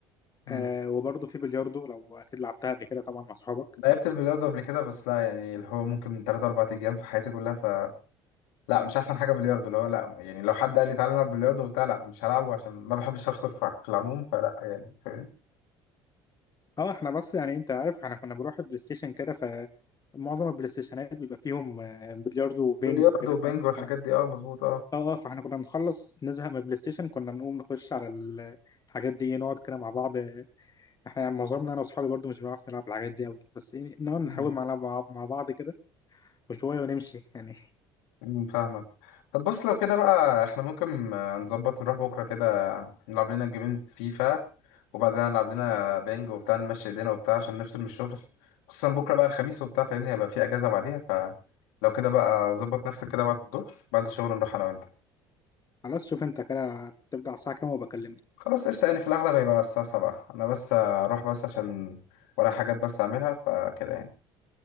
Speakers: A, on the left; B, on the left.
A: مم.
B: آه وبرضه في بلياردو لو اكيد لعبتها قبل كده طبعا مع اصحابك
A: لعبت البلياردو قبل كده بس لا يعني اللي هو ممكن من 3 4 ايام في حياتي كلها ف لا مش احسن حاجة بلياردو اللي هو لا يعني لو حد قال لي تعالى نلعب بلياردو وبتاع لا مش هلعبه عشان ما بحبش اخسر في في العموم فلا يعني فاهمني
B: اه احنا بس يعني انت عارف احنا كنا بنروح بلاي ستيشن كده فمعظم البلاي ستيشنات بيبقى فيهم آه، بلياردو وبينج
A: بلياردو
B: وكده
A: وبنج
B: فاهم
A: والحاجات
B: احنا
A: دي اه مظبوط
B: اه اه فاحنا كنا نخلص نزهق من البلاي ستيشن كنا بنقوم نخش على ال- الحاجات دي إيه، نقعد كده مع بعض آه، احنا يعني معظمنا انا واصحابي برضه مش بنعرف نلعب الحاجات دي قوي بس ايه نقعد نحاول
A: اه
B: مع مع مع بعض كده وشويه ونمشي يعني <laughs>
A: مم، فاهمك طب بص لو كده بقى احنا ممكن آه، نظبط نروح بكرة كده نلعب لنا جيمين فيفا وبعدين نلعب لنا بينج وبتاع نمشي ايدينا وبتاع عشان نفصل من الشغل خصوصا بكرة بقى الخميس وبتاع فاهمني هيبقى في اجازة بعديها فلو كده بقى ظبط نفسك كده بعد الظهر بعد الشغل نروح انا وانت
B: خلاص شوف انت كده تبدأ على الساعه كام وبكلمني
A: خلاص قشطة يعني في الأغلب هيبقى الساعة 7 أنا بس آه، أروح بس عشان ورايا حاجات بس أعملها فكده يعني